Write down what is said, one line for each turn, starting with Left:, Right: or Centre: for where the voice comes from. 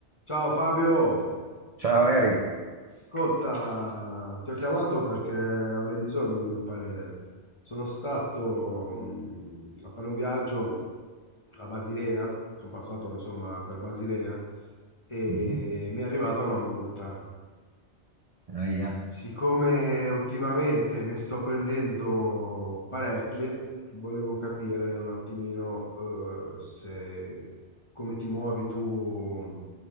Left: Ciao Fabio,
Right: Ciao Eric,
Left: ascolta, ti ho chiamato perché avrei bisogno di un parere. Sono stato mh, a fare un viaggio a Basilea, sono passato insomma per Basilea e
Right: Mhm.
Left: mi è arrivata una multa.
Right: Ahia.
Left: Siccome ultimamente ne sto prendendo parecchie, volevo capire un attimino eh, se come ti muovi tu